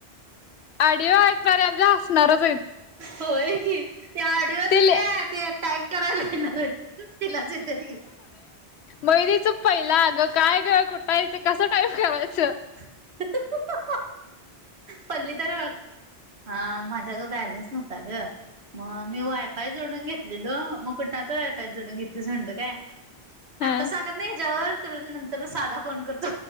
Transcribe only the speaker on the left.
आडीवा ऐकणारे आमच्या हसणारच आहे.
ते
मयुरीच पहिला अग काय ग कुठाय हाय कसं टाईप केरायचं.
हा